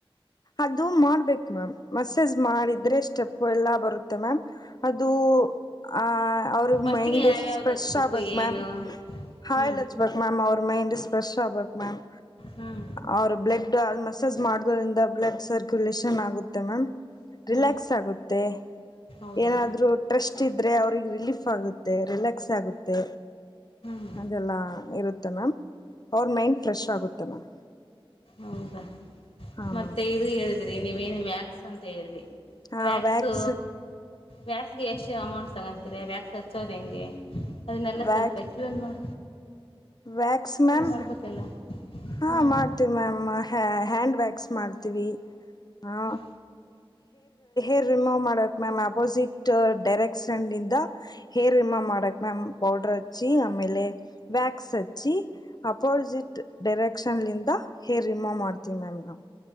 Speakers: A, on the left; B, on the left.
A: ಅದು ಮಾಡ್ಬೇಕು ಮ್ಯಾಮ್ ಮಸೇಜ್ ಮಾಡಿದ್ರೆ ಸ್ಟೆಪ್ ಎಲ್ಲಾ ಬರುತ್ತೆ ಮ್ಯ್ ಅದು ಆ ಅವ್ರ
B: ಫಸ್ಟ್ಗೆ
A: ಮೈಂಡ್
B: ಯಾವ್ಯಾವ್ದು
A: ಫ್ರೆಶ್
B: ಹಚ್ಬೇಕು
A: ಆಗ್ಬೇಕು
B: ಏನು
A: ಮ್ಯಾಮ್ ಹಾಲ್
B: ಹ್ಮ್
A: ಹಚ್ಬೇಕು ಮ್ಯಾಮ್ ಅವ್ರ ಮೈಂಡ್ ಸ್ಫ್ರೆಶ್ ಆಗ್ಬೇಕಕ್ ಮ್ಯಾಮ್
B: ಹ್ಮ್
A: ಅವ್ರ ಬ್ಲಡ್ ಆಲ್ಮೋಸ್ಟ್ ಮಸಾಜ್ ಮಾಡೋದರಿಂದ ಬ್ಲಡ್ ಸರ್ಕ್ಯುಲೇಷನ್ ಆಗುತ್ತೆ ಮ್ಯಾಮ್
B: ಹ್ಮ್
A: ರಿಲ್ಯಾಕ್ಸ್ ಆಗುತ್ತೆ
B: ಹೌದಾ
A: ಏನಾದ್ರೂ ಟ್ರಸ್ಟ್ ಇದ್ರೆ ಅವ್ರಿಗೆ ರಿಲೀಫ್ ಆಗುತ್ತೆ ರಿಲ್ಯಾಕ್ಸ್ ಆಗುತ್ತೆ
B: ಹ್ಮ್
A: ಅದೆಲ್ಲ ಇರುತ್ತೆ ಮ್ಯಾಮ್ ಅವ್ರ ಮೈಂಡ್ ಫ್ರೆಶ್ ಆಗುತ್ತೆ ಮ್ಯಾಮ್
B: ಹೌದಾ
A: ಹಾ
B: ಮತ್ತೆ
A: ಮ್ಯಾಮ್
B: ಇದು ಹೇಳಿದ್ರಿ ನೀವೇನು ವಾಕ್ಸ್ ಅಂತ ಹೇಳಿದ್ರಿ
A: ಹಾ
B: ವ್ಯಾಕ್ಸು
A: ವ್ಯಾಕ್ಸ್
B: ವ್ಯಾಕ್ಸ್ಗೆ ಎಷ್ಟು ಅಮೌಂಟ್ ತಗೊಂತೀರ ವ್ಯಾಕ್ಸ್ ಹಚ್ಚೋದು್ ಹೆಂಗೆ ಅದನ್ನಲ್ಲ
A: ವ್ಯಾಕ್
B: ಸ್ವಲ್ಪ ಎಕ್ಸ್ಪ್ಲೈನ್ ಮಾಡ
A: ವ್ಯಾಕ್ಸ್ ಮ್ಯಾಮ
B: ಮಾಡ್ಬೇಕಲ್ಲ
A: ಹ
B: ಹ್ಞೂ
A: ಮಾಡ್ತೀವಿ ಮ್ಯಾಮ್ ಹ ಹ್ಯಾಂಡ್ ವ್ಯಾಕ್ಸ್ ಮಾಡ್ತೀವಿ ಹಾ
B: ಹ್ಞೂ
A: ಏರ್ ರಿಮೂವ್ ಮಾಡಕ್ ಮ್ಯಾಮ್ ಅಪೋಸಿಟ್ ಡೈರೆಕ್ಷನ್ಂದ ಹೇರ್ ರಿಮೂವ್ ಮಾಡಕ್ ಮ್ಯಾಮ್ ಪೌಡರ್ ರಾಚಿ ಆಮೇಲೆ ವ್ಯಾಕ್ ಿ ಅಪೋಸಿಟ್ ಡೈರೆಕ್ಷನ್ಂದ ಹೇರ್ ರಿಮೋವ್ ಮಾಡ್ತೀವಿ ನಾನು